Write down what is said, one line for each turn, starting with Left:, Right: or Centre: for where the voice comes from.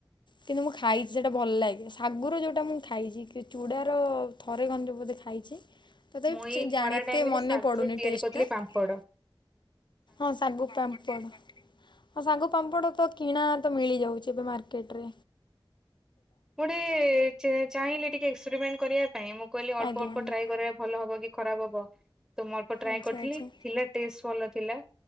Left: କିନ୍ତୁ ମୁଁ ଖାଇଚି, ସେଇଟା ଭଲ ଲାଗେ ଶାଗୁର ଯେଉଁଟା ମୁଁ ଖାଇଚି କି ଚୂଡ଼ାର ଥରେ ଖଣ୍ଡେ ବୋଧେ ଖାଇଚି, ତଥାପି
Centre: ମୁଁ
Left: ଚି
Centre: ଏଇ
Left: ଜାଣି
Centre: ଖରା
Left: ଟିକେ
Centre: ଟାଇମରେ
Left: ମନେ
Centre: ଶାଗୁରେ
Left: ପଡୁନି
Centre: ତିଆରି
Left: ଟେଷ୍ଟେ
Centre: କରିଥିଲି ପାମ୍ପଡ।
Left: ଟା ହଁ ଶାଗୁ ପାମ୍ପଡ। ହଁ ଶାଗୁ ପାମ୍ପଡ ତ କିଣା ତ ମିଳିଯାଉଚି ଏବେ ମାର୍କେଟ ରେ।
Centre: ମୁଁ ଟିକେ ଚେ ଚାହିଁଲିି ଟିକେ ଏକ୍ସପିରିମେଣ୍ଟ କରିଆ ପାଇଁ ମୁଁ କହିଲି ଅଳ୍ପ
Left: ଆଜ୍ଞା
Centre: ଅଳ୍ପ
Left: ଆଜ୍ଞା
Centre: ଟ୍ରାଏ କରିଆ ଭଲ ହବ କି ଖରାପ ହବ, ତ ମୁଁ ଅଳ୍ପ ଟ୍ରାଏ
Left: ଆଚ୍ଛା
Centre: କରିଥିଲି
Left: ଆଚ୍ଛା।
Centre: ଥିଲା ଟେଷ୍ଟ ଭଲ ଥିଲା।